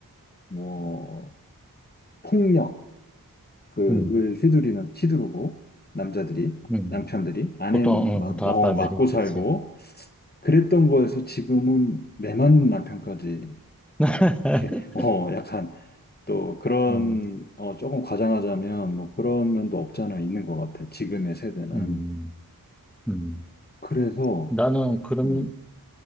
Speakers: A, on the left; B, in the centre.
A: 뭐, 폭력, 그을
B: 음,
A: 휘두르는 휘두르고 남자들이
B: 음.
A: 남편들이 아내는
B: 보통,
A: 막
B: 음, 보통
A: 어,
B: 아빠들이,
A: 맞고 살고
B: 그치?
A: 그랬던 거에서 지금은 매만 남편까지 그렇-
B: <laughs>
A: 게 <laughs> 어 약간 또 그런
B: 음,
A: 어 조금 과장하자면 뭐 그런 면도 없잖아 있는 것 같아 지금의 세대는
B: 음, 음.
A: 그래서
B: 나는 그런,
A: 음음